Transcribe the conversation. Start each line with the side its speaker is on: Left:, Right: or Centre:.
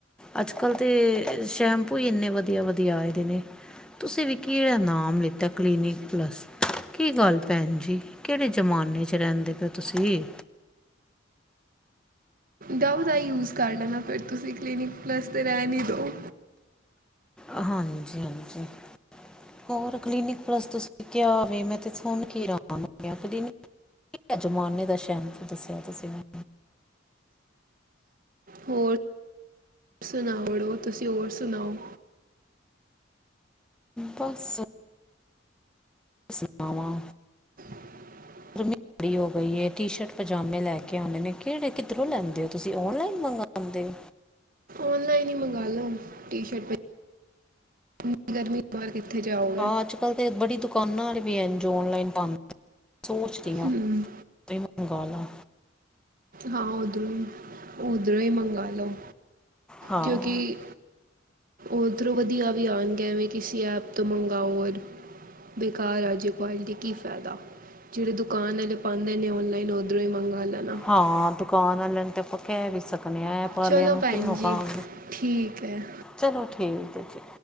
Centre: ਅੱਜ-ਕੱਲ੍ਹ ਤੇ ਸ਼ੈਂਪੂ ਇ ਏਨੇ ਵਧੀਆ-ਵਧੀਆ ਆਏ ਦੇ ਨੇ। ਤੁਸੀਂ ਵੀ ਕਿੜਾ ਨਾਮ ਲਿੱਤਾ ਕਲੀਨਿਕ ਪਲੱਸ ਕੀ ਗੱਲ ਪੈਣ ਜੀ। ਕੇੜੇ ਜ਼ਮਾਨੇ ਚ ਰੈੰਦੇ ਪਏ ਔ ਤੁਸੀਂ?
Right: ਡਵ ਦਾ ਯੂਸ ਕਰ ਲੈਂਣਾ ਫੇਰ ਤੁਸੀਂ ਕਲੀਨਿਕ ਪਲੱਸ ਤੇ ਰੈਣ ਈ ਦੋ।
Centre: ਅ ਹਾਂਜੀ-ਹਾਂਜੀ। ਹੋਰ ਕਲੀਨਿਕ ਪਲਸ ਤੁਸੀਂ ਕੇਆ ਵੇ, ਮੈਂ ਤੇ ਸੁਣ ਕੇ ਹੀ ਹਰਾਨ <unintelligible> ਕੇੜੇ ਜਮਾਨੇ ਦਾ ਸ਼ੈਂਪੂ ਦੱਸਿਆ ਤੁਸੀ ਮੈਨੂੰ
Right: ਹੋਰ ਸੁਣਾ ਉੜੋ ਤੁਸੀਂ ਹੋਰ ਸੁਣਾਓ।
Centre: ਬਸ ਅ। ਸੁਣਾਵਾਂ।
Right: <inaudible>
Centre: <inaudible> ਗਰਮੀ ਹੋ ਗਈ ਏ ਟੀ ਸ਼ਰਟ ਪਜਾਮੇ ਲੈ ਕੇ ਆਨੇ ਨੇ ਕੇਹੜੇ ਕਿੱਧਰੋਂ ਲੈਂਦੇ ਹੋ ਤੁਸੀਂ ਓਨਲਾਈਨ ਮੰਗ ਹੁੰਦੇ।
Right: ਔਨਲਾਈਨ ਇ ਮੰਗਾਲੋ ਟੀ ਸ਼ਰਟ ਪਜਾਮੇ। ਏਨੀ ਗਰਮੀ ਚ ਬਾਰ ਕਿੱਥੇ ਜਾਓ?
Centre: ਹਾਂ ਅੱਜ ਕੱਲ ਤਾਂ ਬੜੀ ਦੁਕਾਨਾਂ ਵਾਲੇ ਵੀ ਐ ਜੋ ਔਨਲਾਈਨ ਪਾਦੇ ਸੋਚਦੀਆਂ।
Right: ਹਮ
Centre: ਕੱਪੜੇ ਮੰਗਾ ਲਾ।
Right: ਹਾਂ ਉੱਧਰੋਂ ਇ, ਉੱਧਰੋਂ ਇ ਮੰਗਾ ਲਓ।
Centre: ਹਾਂ
Right: ਕਿਉਂਕਿ ਓਧਰੋਂ ਵਧੀਆ ਵੀ ਆਨਗੇ ਐਵੇਂ ਕਿਸੀ ਐਪ ਤੋਂ ਮੰਗਾਓ ਬੇਕਾਰ ਆਜੇ ਕੁਆਲਟੀ ਕੀ ਫ਼ੈਦਾ। ਜੇੜੇ ਦੁਕਾਨ ਆਲੇ ਪਾਂਦੇ ਨੇ ਔਨਲਾਈਨ ਓਧਰੋਂ ਈ ਮੰਗਵਾ ਲੈਨਾ।
Centre: ਹਾਂ ਦੁਕਾਨ ਆਲਿਆਂ ਨੂੰ ਤੇ ਆਪਾਂ ਕੈ ਵੀ ਸਕਨੇ ਆਂ। ਔਨਲਾਈਨ ਵਾਲਿਆਂ
Right: ਚਲੋ
Centre: ਨੂੰ
Right: ਭੈਣ
Centre: ਕਿਨੂੰ
Right: ਜੀ
Centre: ਕਹਾਂ,
Right: ਠੀਕ ਹੈ
Centre: ਚਲੋ ਠੀਕ ਐ ਜੀ।